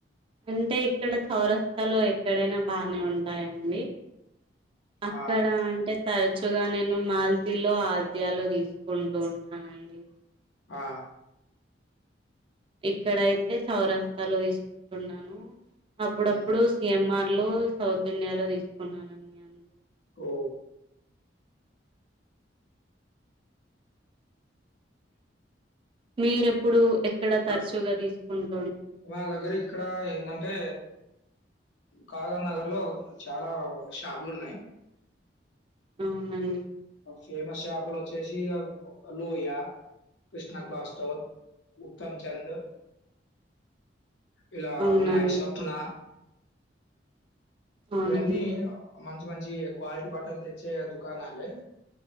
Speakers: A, on the right; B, on the left.
A: అంటే ఇక్కడ చౌరస్తలు ఎక్కడైనా బాగానే ఉంటాయండి అక్కడ
B: ఆ!
A: అంటే తర తచ్చుగా నేను మాల్తీలో ఆద్యాలు తీసుకుంటూ ఉంటానండి
B: ఆ
A: ఇక్కడయితే సౌరస్తలో తిసుకుంటున్నాను అప్పుడప్పుడు
B: హ్మ్.
A: సిఎంఆర్ లో సౌత్ ఇండియాలో తీసుకున్నానం అంతే
B: ఓ
A: మీరెప్పుడు ఎక్కడ తరచ చుగా తీసుకుంట
B: మా దగ్గర ఇక్కడ ఏంటంటే కాజ నగర్ లో చాలా షాపులు ఉన్నాయి
A: అవునండి
B: ఫేమస్ షాపులు వచ్చేసి లోహ య కృష్ణా క్లా స్టోర్ ఉత్తమ్ చంద్ ఇలా
A: అవునండి
B: ఉన్నాయి సప్న
A: అవునండి
B: ఇవన్నీ మన మంచి కాలిటీ బటల్ తె దుకానాలె